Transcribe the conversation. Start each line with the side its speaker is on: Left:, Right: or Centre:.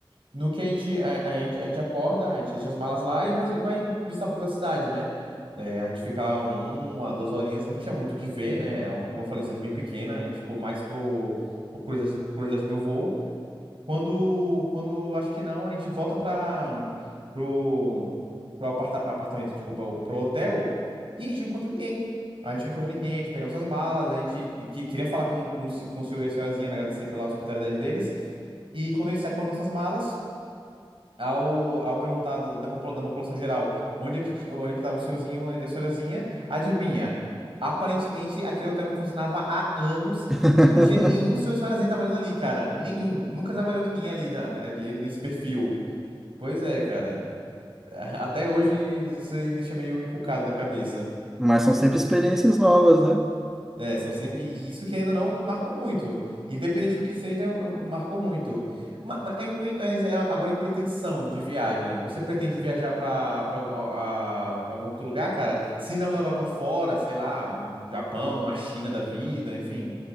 Right: No que a gente, a, a gente, a gente acorda, a gente deixa as malas lá e vai, e vai visitar um pouco da cidade, né? É, a gente fica lá uma, duas horinhas, não tinha muito o que ver, né? É um- Como eu falei, uma cidade bem pequena, a gente ficou mais por, por curiosidade, curiosidade do meu vô. Quando, quando acho que não, a gente volta para pro, pro aparta- apartamento, desculpa, o- pro hotel e a gente não encontra ninguém. A gente não encontra ninguém, a gente pega nossas malas, a gente que- queria falar com, com, o se- com o senhor e a senhorazinha, né, agradecer pela hospitalidade deles. E quando a gente sai com nossas malas, ao, ao perguntar da, da popula- da população geral onde é que, ti- onde é que estava o senhorzinho e a senhorazinha, adivinha? Aparentemente, aquele hotel não funcionava há anos
Centre: <laughs>
Right: e não tinha nenhum senhor e senhorazinha trabalhando ali, cara. Nenhum. Nunca trabalhou ninguém ali ah, eh, de- nesse perfil. Pois é, cara. <laughs> Até hoje você me deixa meio encucado da cabeça.
Centre: Mas são sempre experiências novas, né?
Right: É, são sempre. E isso que ainda não marcou muito. Independente do que seja, marcou muito. Ma- ma- em- em- Mas, é agora em pretensão de viagem, você pretende viajar para para algum outro lugar, cara? Se não na Europa fora, sei lá, um Japão, a China da vida, enfim,